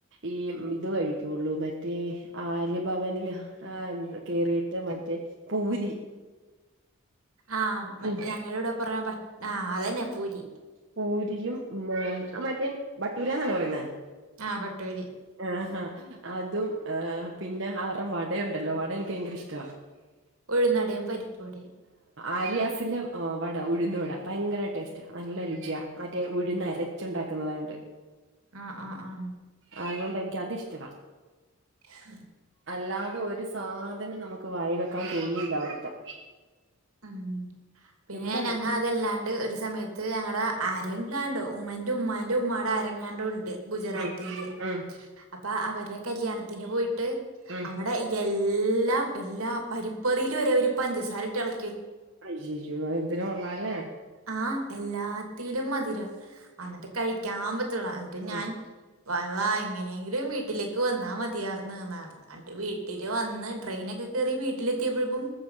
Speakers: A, on the right (about 55°); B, on the right (about 75°).
A: ഈ ഇത്...... പറ്റുള്ളൂ മറ്റേ ആര്യഭവനിൽ ആ കേറിയിട്ട് മറ്റേ പൂരി.....
B: ആഹ
A: ഉം
B: ഞങ്ങളടെ പറഞ്ഞ ആ് അതന്നെ പൂരി......
A: പൂരിയും ആ മറ്റേ ബട്ടൂരാന്നാണ് പറയുന്നേ......
B: ആ പട്ടൂ......
A: ആഹഹ അതും ആ പിന്നെ അവറ വടയുണ്ടല്ലോ വട എനിക്ക് ഭയങ്കര ഇഷ്ട......
B: ഒഴുനടം പരിപ്പ് വടേം.....
A: ആര്യാസിന്റെ വട ഉഴുന്ന വട ഭയങ്കര ടേസ്റ്റ് നല്ല രുചിയ മറ്റേ ഉഴുന്ന് അരച്ചു...... ന്നതണ്ട്.......
B: ആആആ......
A: അതുകൊണ്ട് എനിക്ക് അത് ഇഷ്ട......
B: ഹ.....
A: അല്ലാതെ ഒരു സാധനം നമുക്ക് വായി വെക്കാൻ തോന്നൂല്ല അവിടത്തെ.......
B: ഉം പിന്നെ
A: എന്താണ്
B: ഞങ്ങ അതല്ലാണ്ട് ഒരു സമയ...... ഇ ഞങ്ങളടെ അരങ്ങാണ്ടോ ഉമ്മന്റെ ഉമ്മാൻ്റെ ഉമ്മായുടെടെ അരങ്ങാണ്ട ഉ..... ഗുജറാത്തിയില്
A: ഉം ഉം
B: അപ്പൊ അവരുടെ കല്യാണത്തിന് പോയിട്ട്
A: ഉം
B: അവിടെ....... <unintelligible> എല്ലാം എല്ലാ പരിപ്പറിൽ വരെ അവര് പഞ്ചസാരട്ട് ഇള.......
A: അജു എന്തിനും കൊള്ളല്ലേ.....
B: ആഹ എല്ലാത്തിലും മധുരം എന്നിട്ട് കഴിക്കാ്....... എന്നിട്ട്ഞാൻ
A: ഉം
B: വാള എങ്ങനെയെങ്കിലും വീട്ടിലേക്ക് വന്നാ മതിയാർന്ന്..... എന്നിട്ട് വീട്ടില് വന്ന് ട്രെയിനൊക്കെ കേറി...... വീട്ടിലെത്തിയപ്പോഴക്കും